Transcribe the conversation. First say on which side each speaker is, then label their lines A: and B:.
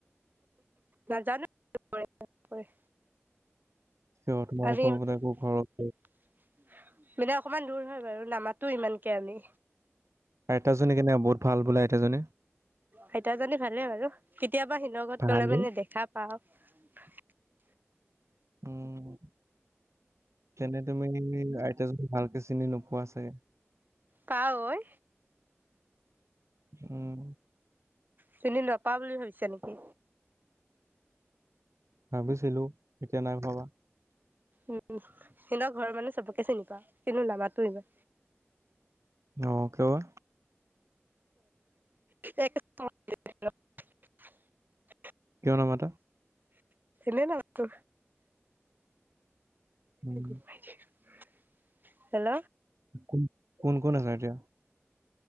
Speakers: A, on the right (about 45°); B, on the right (about 85°).
A: নাজানো কৰে নকৰে
B: কিয় তোমালোকৰ
A: আমি মানে
B: বোলে একো ঘৰত
A: অকমান দূৰ হয় বাৰু নামাতো ইমানকে আমি।
B: আইতাজনী কেনে বহুত ভাল বোলো আইতাজনী?
A: আইতাজানী ভালে বাৰু কেতিয়াবা সিলগত
B: ভালে
A: গলে মানে দেখা পাওঁ। <unintelligible>
B: উম তেনে তুমি তে ভালকে চিনি নোপোৱা চাগে?
A: পাওঁ ঐ।
B: উম
A: চিনি নাপাওঁ বুলি ভাবিছা নেকি?
B: ভাবিছিলো এতিয়া নাই ভাবা।
A: উম সিতৰ ঘৰৰ মানুহ চবকে চিনি পাওঁ কিন্তু নামাতো। ইমান
B: অ কিয় বা?
A: এক <unintelligible>
B: কিয় নামাটা?
A: এনেই নামটো
B: উম
A: <inaudible> হেল্ল।
B: কোন কোন কোন আছা এতিয়া